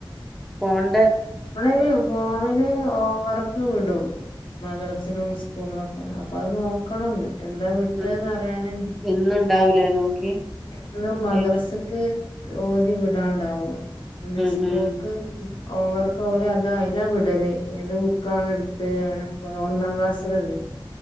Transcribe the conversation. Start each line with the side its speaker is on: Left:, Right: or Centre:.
Centre: ഫോണൊണ്ട്
Left: നമ്മള് ഈ ഫോണില് ഹോംവർക്ക് വിടും മദ്ര സേലും സ്കൂളിലൊക്കെ അപ്പൊ അത് നോക്കണംന്ന് എന്താ വിട്ടേന്ന്
Centre: ഉം
Left: അറിയണെങ്കിൽ
Centre: ഇന്നുണ്ടാവൂലേ നോക്കി
Left: എന്നന്ന് മദ്രസക്ക്
Centre: ഏത്
Left: ഓതി വിടാണ്ടാവും പിന്നെ
Centre: ഉം
Left: സ്കൂൾക്ക്
Centre: ഉം
Left: ഹോംവർക്ക് ഓല് അതാ അതിലാ വിടല് ഏത് ബുക്കാണ് എടുത്ത് അങ്ങനെ ഒന്നാം ക്ലാസ്സിലല്ലേ